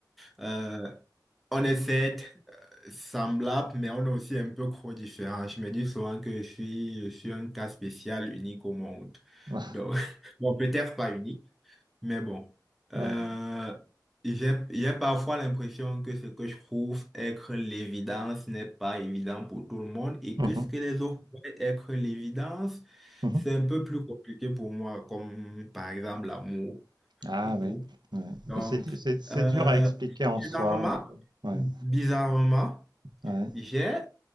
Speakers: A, in the centre; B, on the right.
A: Euh, on est certes euh, semblables, mais on est aussi un peu trop différents. Je me dis souvent que je suis, je suis un cas spécial, unique au monde.
B: Ouais.
A: Donc, <laughs> bon, peut-être pas unique. Mais bon, euh,
B: Ouais.
A: j'ai, j'ai parfois l'impression que ce que je trouve être l'évidence n'est pas évident pour tout le monde et
B: Mhm.
A: que ce que les autres voient être l'évidence,
B: Mhm.
A: c'est un peu plus compliqué pour moi, comme par exemple l'amour
B: Ah
A: et tout.
B: oui, ouais.
A: Donc,
B: Mais c'est, di- c'est, c'est
A: euh,
B: dur à expliquer en
A: bizarrement,
B: soi. Ouais,
A: bizarrement,
B: ouais,
A: j'ai